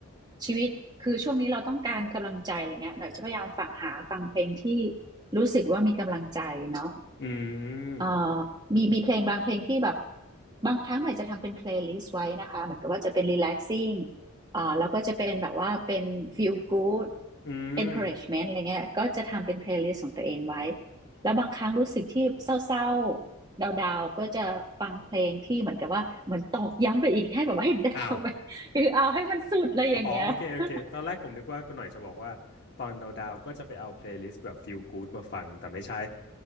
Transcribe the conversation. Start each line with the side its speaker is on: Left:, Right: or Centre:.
Right: ชีวิตคือช่วงนี้เราต้องการกำลังใจอะไรเงี้ยหน่อยจะพยายามฝังหาฟังเพลงที่รู้สึกว่ามีกำลังใจเนาะ
Left: อืม
Right: เอ่อมีมีเพลงบางเพลงที่แบบบางครั้งหน่อยจะทำเป็นเพลย์ลิสต์ไว้นะคะเหมือนกับว่าจะเป็น relaxing เอ่อแล้วก็จะเป็นแบบว่าเป็น feel good
Left: อืม
Right: encouragement อะไรเงี้ยก็จะทำเป็นเพลย์ลิสต์ของตัวเองไว้แล้วบางครั้งรู้สึกที่เศร้าๆดาวๆก็จะฟังเพลงที่เหมือนกับว่าเหมือนตอกย้ำไปอีกให้แบบว่า <laughs> ให้ดาวไปคือเอาให้มันสุดอะไรอย่างเงี้ย
Left: อ้าว <laughs> อ๋อโอเคโอเคตอนแรกผมนึกว่าคุณหน่อยจะบอกว่าตอนดาวๆก็จะไปเอาเพลย์ลิสต์แบบ
Right: <laughs>
Left: feel good มาฟังแต่ไม่ใช่